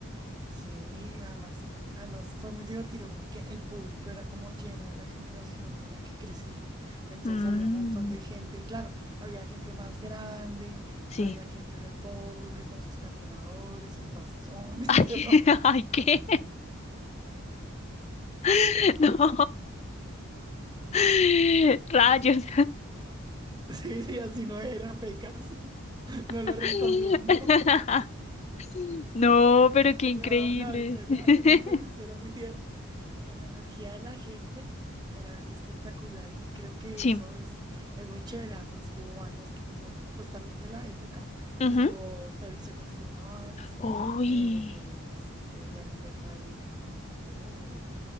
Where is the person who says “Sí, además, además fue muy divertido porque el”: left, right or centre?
Right